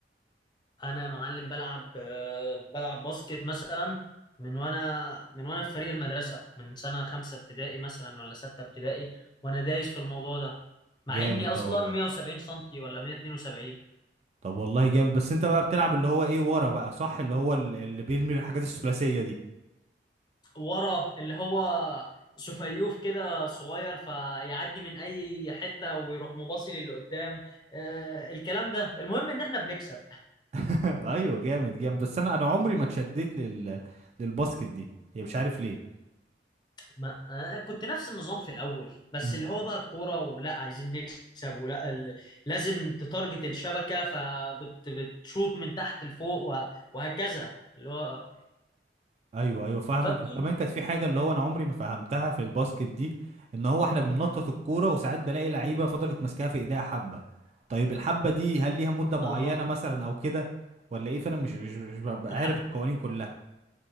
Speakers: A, on the left (about 25°); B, on the right (about 35°).
A: انا يا معلم بلعب آه، بلعب باسكت مثلا من وانا من وانا في فريق المدرسه من سنه خمسه ابتدائي مثلا ولا سته ابتدائي وانا دايس في الموضوع ده مع
B: جامد
A: اني اصلا
B: ده والله
A: 170 سنتي ولا 172
B: طب والله جامد بس انت بقى بتلعب اللي هو ايه ورا بقى صح اللي هو ال- اللي بيرمي الحاجات الثلاثية دي
A: ورا اللي هو سفيوف كده صغير فيعدي من اي حته ويروح مباصي للي قدام آه الكلام ده المهم ان احنا بنكسب
B: <laughs> ايوه جامد جامد بس انا انا عمري ما اتشدت لل للباسكت دي هي مش عارف ليه
A: ما آه كنت نفس النظام في الاول بس
B: مم.
A: اللي هو بقى الكوره ولا عايزين نكسب ولا ال... لازم تتارجت الشبكه فبتشوط من تحت لفوق و... وهكذا اللي هو
B: ايوه ايوه فاهمك
A: فبتيجي
B: وكمان كانت في حاجة اللي هو انا عمري ما فهمتها في الباسكت دي ان هو احنا بننطط الكورة وساعات بلاقي لعيبة فضلت ماسكاها في ايديها حبة طيب الحبة دي هل ليها مدة معينة
A: اه
B: مثلا او كده ولا ايه فانا مش مش, مش ببقى
A: الحب
B: عارف القوانين كلها